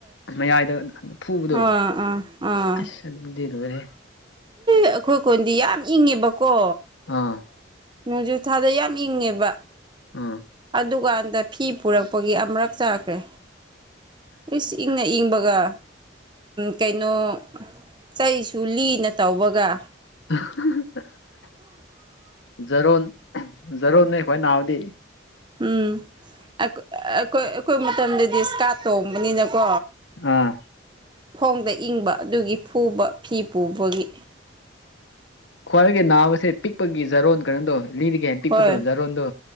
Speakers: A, on the left; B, on the right.
A: ꯃꯌꯥꯏꯗ ꯐꯨꯕꯗꯣ
B: ꯑ ꯑꯥ ꯑꯥ꯫
A: ꯑꯁ ꯑꯗꯨꯗꯤ ꯂꯣꯏꯔꯦ꯫
B: ꯑꯩꯈꯣꯏ ꯈꯨꯟꯗꯤ ꯌꯥꯝ ꯏꯪꯉꯦꯕꯀꯣ꯫
A: ꯑ꯫
B: ꯅꯣꯡꯖꯨꯊꯥꯗ ꯌꯥꯝ ꯏꯪꯉꯦꯕ꯫
A: ꯑꯥ꯫
B: ꯗꯨꯀꯥꯟꯗ ꯐꯤ ꯄꯨꯔꯛꯄꯒꯤ ꯑꯃꯨꯔꯛ ꯆꯥꯈ꯭ꯔꯦ ꯏꯁ ꯏꯪ ꯏꯪꯅ ꯏꯪꯕꯒ ꯀꯩꯅꯣ ꯆꯩꯁꯨ ꯂꯤꯅ ꯇꯧꯕꯒ
A: <unintelligible> ꯖꯔꯣꯟ ꯖꯔꯣꯟꯅꯦ ꯈꯋꯥꯏ ꯅꯥꯕꯗꯤ꯫
B: ꯎꯝ ꯑ ꯑ ꯑꯈꯣꯏ ꯑꯩꯈꯣꯏ ꯃꯇꯝꯗꯗꯤ ꯏꯁꯀꯥꯠ ꯇꯣꯡꯕꯅꯤꯅꯀꯣ꯫
A: ꯑꯥ꯫
B: ꯈꯣꯡꯗ ꯏꯪꯕ ꯑꯗꯨꯒꯤ ꯐꯨꯕ ꯐꯤ ꯄꯨꯕꯒꯤ꯫
A: ꯈ꯭ꯋꯥꯏꯗꯒꯤ ꯅꯥꯕꯁꯦ ꯄꯤꯛꯄꯒꯤ ꯖꯥꯔꯣꯟ ꯀꯩꯅꯣꯗꯣ ꯂꯤꯗꯒꯤ ꯍꯦꯟꯅ ꯄꯤꯛꯄꯗꯣ
B: ꯍꯣꯏ
A: ꯖꯥꯔꯣꯟꯗꯣ